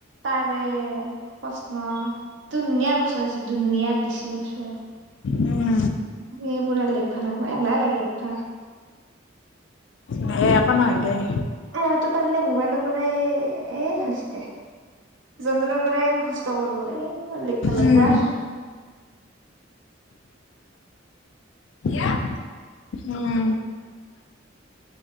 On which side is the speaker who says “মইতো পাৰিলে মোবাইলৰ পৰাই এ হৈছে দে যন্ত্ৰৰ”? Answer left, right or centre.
Right